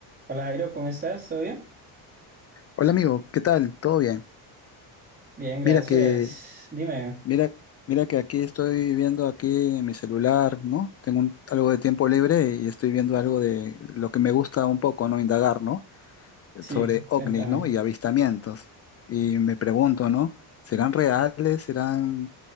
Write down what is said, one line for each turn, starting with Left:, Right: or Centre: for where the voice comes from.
Right: Hola Jairo, ¿cómo estás? ¿Todo bien?
Left: Hola amigo, ¿qué tal? ¿Todo bien?
Right: Bien, gracias.
Left: Mira que,
Right: Dime,
Left: mira, mira que aquí estoy viendo aquí en mi celular, ¿no? Tengo un- algo de tiempo libre y estoy viendo algo de lo que me gusta un poco, ¿no? Indagar, ¿no?
Right: sí,
Left: Sobre ovnis,
Right: cuéntame.
Left: ¿no? Y avistamientos. Y me pregunto, ¿no? ¿Serán reales? ¿Serán